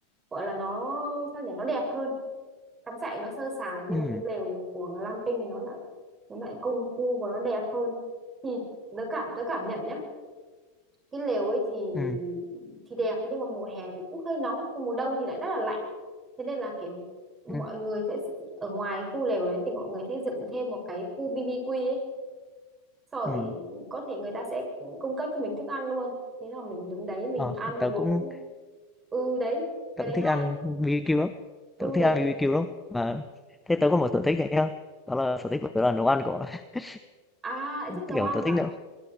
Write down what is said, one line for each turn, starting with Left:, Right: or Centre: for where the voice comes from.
Right: gọi là nó sao nhỉ nó đẹp hơn cắm trại nó sơ sài nhưng
Centre: ừm,
Right: mà cái lều của glamping thì nó lại nó lại công phu và nó đẹp hơn thì tớ cảm tớ cảm nhận nhá cái lều ấy thì
Centre: ừm,
Right: thì đẹp nhưng mà mùa hè thì cũng hơi nóng còn mùa đông thì lại rất là lạnh thế nên là kiểu mọi
Centre: ừm,
Right: người sẽ ở ngoài khu lều đấy thì mọi người sẽ dựng thêm một cái khu BBQ ấy rồi
Centre: ừm,
Right: ừ, có thể người ta sẽ cung cấp cho mình thức ăn luôn thế là mình đứng đấy mình
Centre: ờ,
Right: ăn uống
Centre: tớ cũng
Right: ừ đấy cái
Centre: tớ
Right: đấy
Centre: cũng thích
Right: hay
Centre: ăn
Right: ấy.
Centre: BBQ lắm,
Right: ừ
Centre: tớ cũng thích
Right: đấy
Centre: ăn
Right: đấy
Centre: BBQ lắm. Mà thế tớ có một sở thích này nhá, đó là sở thích của tớ là nấu ăn cậu ạ. <laughs>
Right: à lại thích nấu
Centre: Kiểu,
Right: ăn
Centre: tớ thích
Right: à?
Centre: nấu